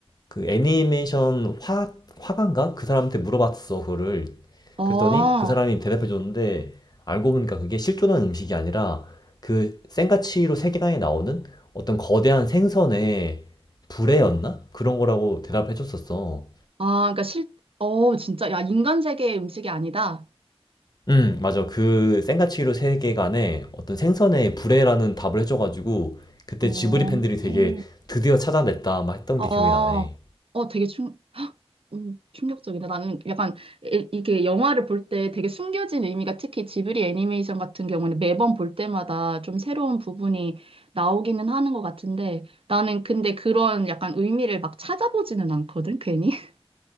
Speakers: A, on the left; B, on the right.
A: 그 애니메이션 화 화가인가? 그 사람한테 물어봤어 그거를.
B: 어,
A: 그랬더니
B: 아,
A: 그 사람이 대답해 줬는데 알고 보니까 그게 실존한 음식이 아니라 그 센가치로 세계관에 나오는 어떤 거대한 생선의 불에였나? 그런 거라고 대답해 줬었어.
B: 그러니까 실, 어, 진짜, 야, 인간 세계의 음식이 아니다.
A: 음, 맞아. 그 센가치히로 세계관에 어떤 생선의 불에라는 답을 해줘가지고 그때
B: 어,
A: 지브리 팬들이 되게
B: 어.
A: 드디어 찾아냈다 막 했던
B: 아,
A: 게 기억이 나네.
B: 어, 되게 충, 헉, 음, 충격적이다. 나는 약간 이- 이게 영화를 볼 때 되게 숨겨진 의미가 특히 지브리 애니메이션 같은 경우는 매번 볼 때마다 좀 새로운 부분이 나오기는 하는 것 같은데 나는 근데 그런 약간 의미를 막 찾아보지는 않거든, 괜히. <laughs>